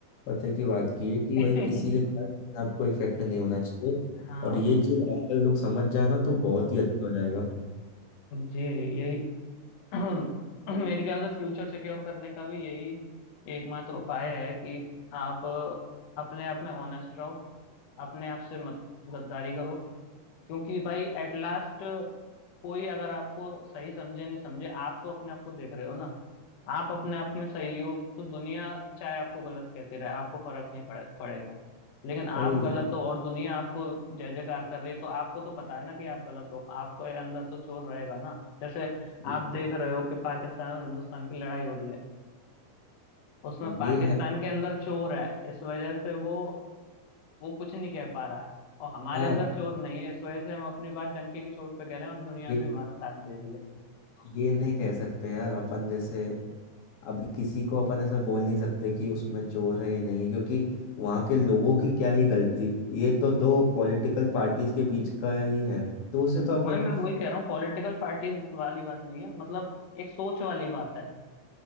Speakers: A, on the left; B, on the left.
A: पते की बात की है कि
B: <laughs>
A: भाई किसी के कारण आपको इफेक्ट नहीं होना चाहिए
B: हाँ
A: और ये चीज आजकल लोग समझ जाए ना तो बहुत ही अच्छा हो जाएगा
B: जी यही <clears throat> मेरे ख्याल से फ्यूचर सिक्योर करने का भी यही एकमात्र उपाय है कि आप अपने आप में ऑनेस्ट रहो अपने आप से मत गद्दारी करो क्योंकि भाई एट लास्ट कोई अगर आपको सही समझे नहीं समझे आप तो अपने आप को देख रहे हो ना आप अपने आप में सही हो तो दुनिया चाहे आपको गलत कहती रहे आपको फर्क नहीं पड़े, पड़ेगा लेकिन आप
A: भाई ये
B: गलत हो और दुनिया आपको जय जयकार कर रही है तो आपको तो पता है ना कि आप गलत हो आपके अंदर तो चोर रहेगा ना जैसे
A: ये-
B: आप देख रहे हो कि पाकिस्तान और हिंदुस्तान की लड़ाई हो रही है उसमें पाकिस्तान
A: ये है
B: के अंदर चोर है इस वजह से वो वो कुछ नहीं कह पा रहा और हमारे
A: यार
B: अंदर चोर नहीं है इस वजह से हम अपनी बात डंके की चोट पे कह रहे हैं और दुनिया
A: ये
B: भी हमारा साथ दे रही है
A: ये नहीं कह सकते यार अपन जैसे अभी किसी को अपन ऐसा बोल नहीं सकते कि उसमें चोर है या नहीं है क्योंकि वहां के लोगों की क्या ही गलती ये तो दो पॉलिटिकल पार्टीज के बीच का ही है तो उसे
B: वही
A: तो अपन
B: मैं वही कह रहा हूँ पॉलिटिकल पार्टीज वाली बात नहीं है मतलब एक सोच वाली बात है